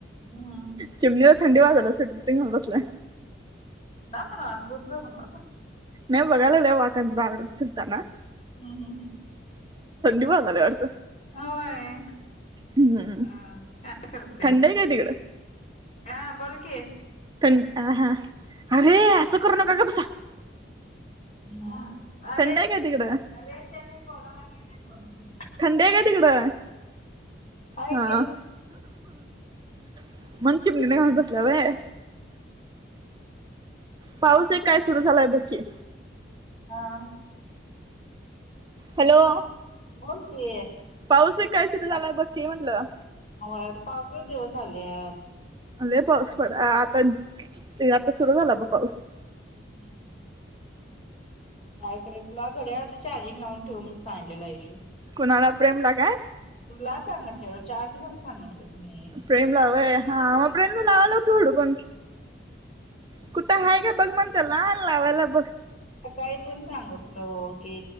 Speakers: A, on the left; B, on the right.
A: हम्म
B: चिमणीला थंडी वाजाला सुटेर तिनं घेऊनं बसल्या.
A: <unintelligible> दूध बनवा ना.
B: नेव बघायाला लागले वाकन <unintelligible> ना.
A: हम्म हम्म हम्म
B: वाजायला वाटतं
A: होय.
B: हम्म
A: काय करतेस
B: थंड हाय काय तिकडं??
A: हा बोल की
B: पण अहा अरे, असं करू नका गप बसा,
A: ह अरे
B: थंड आहे काय तिकडं
A: अरे त्यांनी पावाला गेले हैत भघ,
B: थंडी हाय काय तिकडं
A: आहे
B: हा,
A: की
B: <inaudible> मग चिमणी ना घाऊण बसल्या वय, पाऊस एक काय सुरू झालाय बघ की.
A: हा
B: हॅलो
A: हा बोल की
B: पाऊस एक काय सुरू झालयं बघकी म्हंटलं.
A: होय पावसाचं दिवस आलेत.
B: लय पाऊस पडा आतां आता सुरु झाला बघा पाऊसं.
A: <unintelligible> काय करायचं तुला घड्याळ्याच चार्जिंग लावून ठेव म्हणून सांगितलेलय.
B: कुणाला प्रेम लागाय
A: तुला सांगितलेलं चार दिवस सांगिटलंय मी
B: प्रेम लावय हा मग प्रेम न लावाय लाव की विडिओ कॉन कुठं हाय बघ म्हण त्याला लावयला बघ
A: हा काय पण सांगतलो की